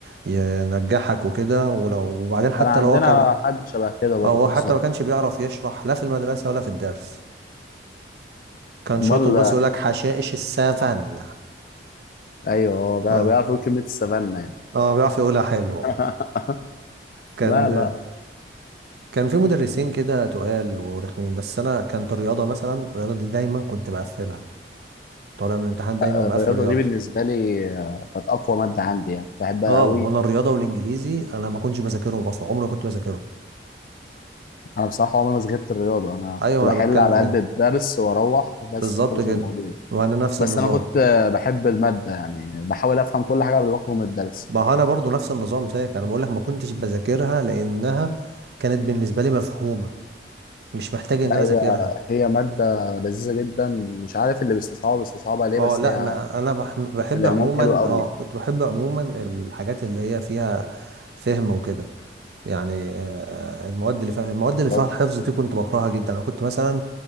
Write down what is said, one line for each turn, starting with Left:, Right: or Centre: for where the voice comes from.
Right: ينجحك وكده ولو وبعدين حتى
Left: كان عندنا
Right: لو هو كان
Left: حد شبه كده برضه
Right: اه هو
Left: بالظبط
Right: حتى ما كانش بيعرف يشرح لا في المدرسة ولا في الدرس كان
Left: امال
Right: شاطر بس يقول لك حشائش السفن
Left: ايوه هو بقى-
Right: اه
Left: بيعرف يقول كلمه السفانه يعني
Right: اه بيعرف يقولها حلو آه.
Left: <laughs>
Right: كان
Left: لا لا
Right: كان في مدرسين كده تقال ورخمين بس انا كانت الرياضة مثلا الرياضة دي دايما كنت بقفلها طالع من الامتحان دايما
Left: الرياضه
Right: مقفل رياضة
Left: دي بالنسبه لي آه، كانت اقوى ماده عندي يعني بحبها
Right: اه
Left: قوي
Right: وانا الرياضه والانجليزي انا ما كنتش بذاكرهم اصلا عمري ما كنت بذاكرهم
Left: انا بصراحه عمري ما صغرت الرياضه انا
Right: ايوه
Left: كنت
Right: انا
Left: بحل
Right: بتكلم
Left: على
Right: في
Left: قد
Right: كده
Left: الدرس واروح بس
Right: بالظبط
Left: خلص
Right: كده
Left: الموضوع
Right: وانا نفس
Left: بس
Right: النظام
Left: انا كنت آه، بحب الماده يعني بحاول افهم كل حاجه قبل ما اخرج من الدرس
Right: ما هو انا برضو نفس النظام زيك انا بقول لك ما كنتش بذاكرها لانها كانت بالنسبه لي مفهومه مش محتاج ان
Left: لا
Right: انا
Left: هي
Right: اذاكرها
Left: هي ماده لذيذه جدا مش عارف اللي بيستصعبها بيستصعبها ليه
Right: اه
Left: بس
Right: لا
Left: هي
Right: ما انا بح- بحب
Left: العموم
Right: عموما
Left: حلو قوي
Right: اه كنت بحب عموما الحاجات اللي هي فيها فهم وكده يعني آه، المواد اللي فيها المواد اللي
Left: لو-
Right: فيها الحفظ دي كنت بكرهها جدا انا كنت مثلا